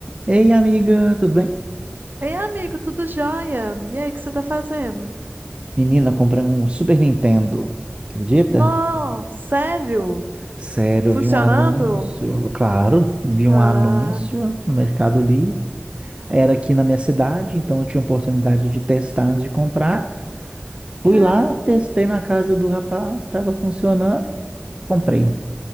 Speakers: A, on the right (about 30°); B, on the right (about 50°).
A: Ei, amiga, tudo bem?
B: Ei, amigo, tudo jóia? E aí, o que você tá fazendo?
A: Menina, eu comprei um Super Nintendo. Acredita?
B: Nó, sério?
A: Sério,
B: Funcionando?
A: eu vi um anúncio. Claro, vi
B: Ah,
A: um anúncio no Mercado Livre. Era aqui na minha cidade, então eu tinha oportunidade de testar antes de comprar. Fui
B: caramba.
A: lá, testei na casa do rapaz, estava funcionando, comprei.